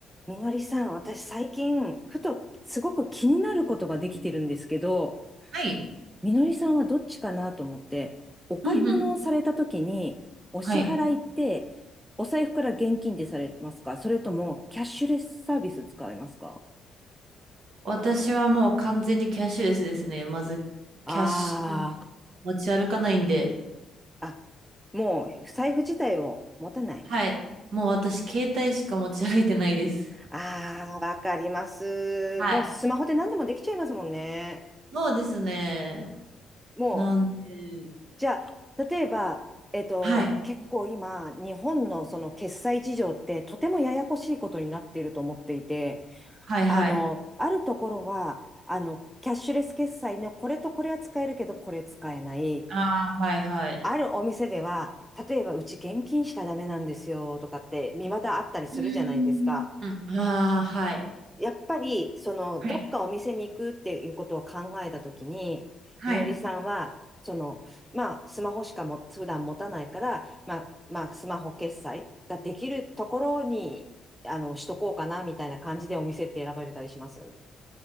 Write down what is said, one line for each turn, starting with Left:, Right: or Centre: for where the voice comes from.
Centre: みのりさん、私最近、ふとすごく気になることができてるんですけど、
Right: はい。
Centre: みのりさんはどっちかなと思って、お買い物をされた時に、
Right: うんうん。
Centre: お支払いって、
Right: はい。
Centre: お財布から現金でされますかそれとも、キャッシュレスサービス使いますか
Right: 私はもう完全にキャッシュレスですね。まず、
Centre: ああー、
Right: キャッシュ持ち歩かないんで。
Centre: あ、もう、財布自体を持たない。
Right: はい。もう私、携帯しか持ち歩いてないです。
Centre: ああ、わかります。
Right: はい。
Centre: もうスマホで何でもできちゃいますもんね。
Right: そうですね。
Centre: もう、
Right: なんで、
Centre: じゃあ、例えば、えっと、
Right: はい。
Centre: 結構今、日本のその決済事情ってとてもややこしいことになっていると思っていて、
Right: はいはい。
Centre: あの、あるところは、あの、キャッシュレス決済のこれとこれは使えるけど、これ使えない。
Right: ああ、はいはい。
Centre: あるお店では、例えばうち現金しかダメなんですよとかって、未だあったりするじゃないですか。
Right: うーん。うん。ああ、はい。
Centre: やっぱり、その、
Right: はい。
Centre: どっかお店に行くっていうことを考えたときに、
Right: はい。
Centre: みのりさんは、その、まあ、スマホしかも、普段持たないから、まあ、まあ、スマホ決済ができるところに、あの、しとこうかな、みたいな感じでお店って選ばれたりします